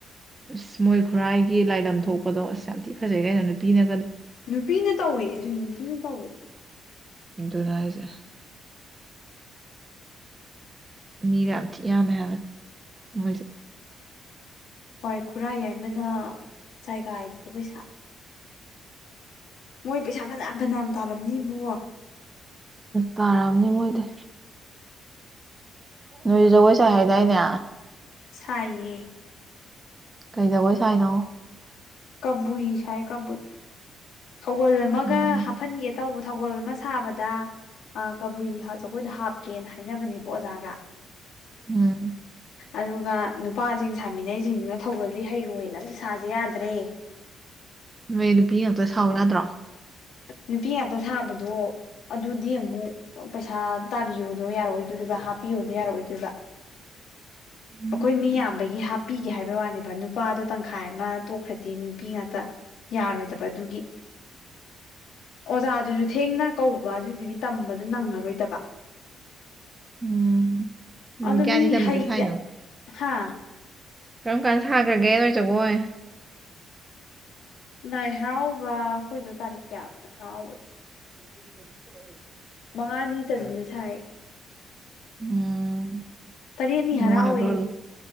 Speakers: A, on the right; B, on the left.
A: ꯑꯁ ꯃꯣꯏ ꯈꯨꯔꯥꯏꯒꯤ ꯂꯥꯏꯂꯝ ꯊꯣꯛꯄꯗꯣ ꯑꯁ ꯌꯥꯝ ꯊꯤ ꯐꯖꯩ ꯀꯥꯏꯩꯅꯣ ꯅꯨꯄꯤꯅ
B: ꯅꯨꯄꯤꯅ ꯇꯧꯋꯦ ꯑꯗꯨ ꯅꯨꯄꯤꯅ ꯇꯧꯋꯦ
A: ꯀꯤꯟꯇ ꯆꯥꯏꯁꯦ ꯃꯤꯗ ꯌꯥꯝ ꯊꯤ ꯌꯥꯝꯃꯦ ꯍꯥꯏꯕꯅꯤ ꯃꯣꯏꯁꯨ
B: ꯍꯣꯏ ꯈꯨꯔꯥꯏ ꯌꯥꯏꯃꯅ ꯆꯥꯏꯒ ꯍꯥꯏꯕꯗꯣ ꯄꯩꯁꯥ ꯃꯣꯏ ꯄꯩꯁꯥ ꯐꯅꯌꯥꯝ ꯐꯅꯌꯥꯝ ꯇꯥꯔꯝꯅꯤꯕꯣ
A: ꯇꯥꯔꯑꯝꯅꯤ ꯃꯣꯏꯗꯤ ꯅꯣꯏꯖꯒꯣꯏ ꯆ ꯍꯥꯏꯥꯏꯗꯥꯏꯅꯦ
B: ꯁꯌꯦ
A: ꯀꯩꯗꯕꯣꯏ ꯆꯥꯏꯅ
B: ꯀꯕꯨꯏ ꯁꯥꯏ ꯀꯕꯨꯏ ꯊꯧꯒꯜ ꯑꯃꯒ
A: ꯎꯝ
B: ꯍꯥꯞꯐꯟꯒꯦ ꯇꯧꯕꯗ ꯁꯒꯣꯜ ꯑꯃ ꯁꯥꯕꯗ ꯑ ꯀꯕꯨꯏ ꯖꯒꯣꯏꯗ ꯍꯥꯞꯀꯦꯅ ꯍꯥꯏꯅꯕꯅꯦꯕ ꯑꯣꯖꯥꯒ
A: ꯎꯝ
B: ꯑꯗꯨꯒ ꯅꯨꯄꯥꯁꯤꯡ ꯁꯥꯃꯤꯟꯅꯩꯁꯤꯡꯁꯤꯅ ꯊꯧꯒꯜꯜꯂꯤ ꯍꯩꯔꯣꯏꯅ ꯄꯩꯁꯥꯁꯦ ꯌꯥꯗ꯭ꯔꯦ
A: ꯅꯣꯏ ꯅꯨꯄꯤ ꯉꯥꯛꯇ ꯁꯥꯎ ꯌꯥꯗ꯭ꯔꯣ
B: ꯅꯨꯄꯤ ꯉꯥꯛꯇ ꯁꯥꯕꯗꯣ ꯑꯗꯨꯗꯤ ꯑꯃꯨꯛ ꯄꯩꯁꯥ ꯇꯥꯕꯤꯌꯣꯗꯣ ꯌꯥꯔꯑꯣꯏꯗꯣꯏꯔꯤꯕ ꯍꯥꯞꯄꯤꯌꯣꯗꯣ ꯌꯥꯔꯛꯑꯣꯏꯗꯣꯏꯕ
A: <unintelligible> ꯎꯝ
B: ꯑꯩꯈꯣꯏ ꯃꯤ ꯌꯥꯝꯕꯒꯤ ꯍꯥꯞ ꯅꯨꯄꯤꯒꯤ ꯍꯥꯏꯕ ꯋꯥꯅꯦꯕ ꯅꯨꯄꯥꯗꯣ ꯇꯪꯈꯥꯏ ꯑꯃ ꯇꯣꯛꯈ꯭ꯔꯗꯤ ꯅꯨꯄꯤ ꯉꯥꯛꯇ ꯌꯥꯔꯣꯏꯗꯕ ꯑꯗꯨꯒꯤ
A: <unintelligible>
B: ꯑꯣꯖꯥꯗꯨꯁꯨ ꯊꯦꯡꯅ ꯀꯧꯕ ꯑꯗꯨꯗꯨꯒꯤ ꯇꯝꯕꯗꯨꯣ ꯅꯪꯉꯔꯣꯏꯗꯕ
A: ꯎꯝ ꯅꯨꯃꯤꯠ
B: ꯑꯗꯨꯗꯣ
A: ꯀꯌꯥꯅꯤ
B: ꯃꯤ
A: ꯆꯟꯕꯗ
B: ꯍ
A: ꯁꯥꯏꯅꯣ
B: ꯍꯥ
A: ꯀꯔꯝ ꯀꯥꯟ ꯁꯥꯈ꯭ꯔꯒꯦ ꯅꯣꯏꯖꯒꯣꯏ
B: ꯅꯥꯏ ꯍꯔꯥꯎꯕ ꯑꯩꯈꯣꯏꯗꯣ ꯇꯥꯔꯤꯛ ꯀꯌꯥꯗꯅꯣ ꯍꯔꯥꯎꯕꯗꯣ
A: ꯨ <unintelligible>
B: ꯃꯉꯥꯅꯤ ꯆꯟꯗꯨꯅ ꯁꯥꯏ
A: ꯎꯝ
B: ꯇꯔꯦꯠꯅꯤ
A: ꯅꯨꯡꯉꯥꯏꯕ꯭ꯔꯣ
B: ꯍꯔꯥꯎꯋꯦ